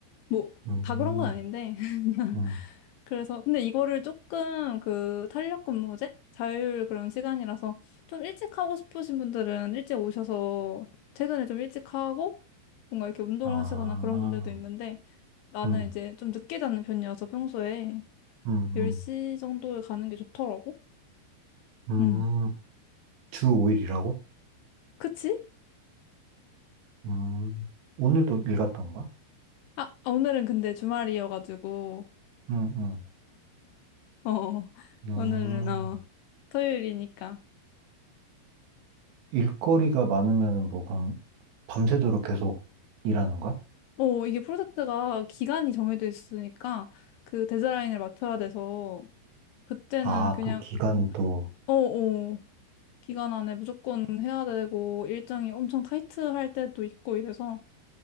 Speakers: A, on the left; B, on the right.
A: 뭐
B: 음,
A: 다 그런 건 아닌데. <laughs>
B: 음.
A: 그래서 근데 이거를 조금 그 탄력 근무제 자율 그런 시간이라서 좀 일찍 하고 싶으신 분들은 일찍 오셔서 퇴근을 좀 일찍 하고 뭔가 이렇게 운동을
B: 아,
A: 하시거나 그런 분들도 있는데 나는
B: 음,
A: 이제 좀 늦게 자는 편이어서 평소에
B: 음,
A: 10시
B: 음.
A: 정도에 가는 게 좋더라고.
B: 음.
A: 음.
B: 주 5일이라고?
A: 그치?
B: 음, 오늘도 일 갔다 온 거야?
A: 아, 아, 오늘은 근데 주말이어가지고,
B: 응, 응.
A: 어,
B: 음,
A: 오늘은, 어, 토요일이니까.
B: 일거리가 많으면은 뭐, 그럼 밤새도록 계속 일하는 거야?
A: 어, 이게 프로젝트가 기간이 정해져 있으니까 그 데드라인을 맞춰야 돼서, 그때는
B: 아,
A: 그냥,
B: 또 기간이 또,
A: 어, 어, 기간 안에 무조건 해야 되고, 일정이 엄청 타이트할 때도 있고 이래서,